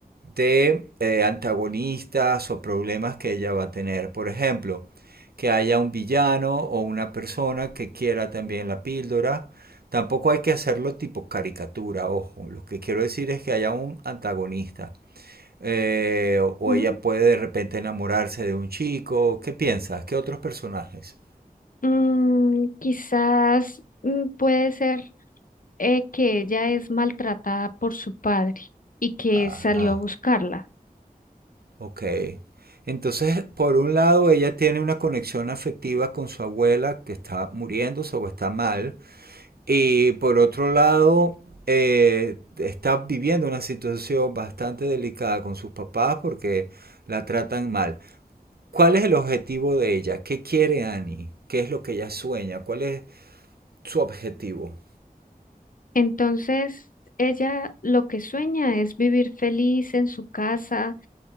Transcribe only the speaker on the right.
de eh, antagonistas o problemas que ella va a tener. Por ejemplo, que haya un villano o una persona que quiera también la píldora. Tampoco hay que hacerlo tipo caricatura, ojo. Lo que quiero decir es que haya un antagonista. Eh, o-
ella puede de repente enamorarse de un chico. ¿Qué piensas? ¿Qué otros personajes?
Ajá,
ok. Entonces, por un lado, ella tiene una conexión afectiva con su abuela que está muriéndose o está mal. Y por otro lado, eh, está viviendo una situación bastante delicada con sus papás porque la tratan mal. ¿Cuál es el objetivo de ella? ¿Qué quiere Annie? ¿Qué es lo que ella sueña? ¿Cuál es su objetivo?